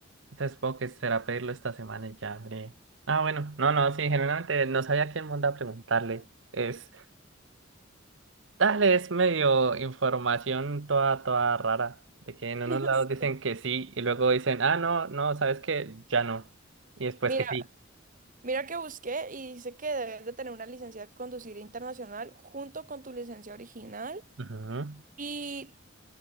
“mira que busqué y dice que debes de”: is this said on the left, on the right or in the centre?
Right